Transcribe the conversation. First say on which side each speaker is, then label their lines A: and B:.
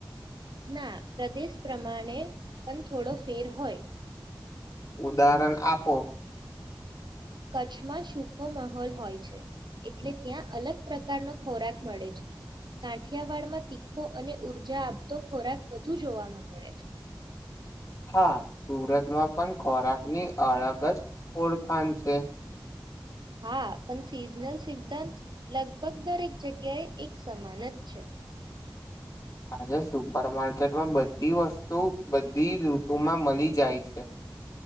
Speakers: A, on the right; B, on the left.
A: ના પ્રદેશ પ્રમાણે પણ થોડો ફેર હોય.
B: ઉદાહરણ આપો.
A: કચ્છમાં સુૂખો માહોલ હોય છે. એટલે ત્યાં અલગ પ્રકારનો ખોરાક મળે છે, કાંઠિયાવાડમાં તીખો અને ઉઊર્જા આપતો ખોરાક વધુ જોવામાં મળે છે.
B: હા, સુરતમાં પણ ખોરાકની અળગ જ ઓળખાણ છે.
A: હા, પણ સિઝનલ સિદ્ધાંત લગભગ દરેક જગ્યાએ એક સમાન જ છે.
B: આજે સુપર માર્કેટમાં બધી વસ્તુ બધી ઋતુમાં મળી જાય છે.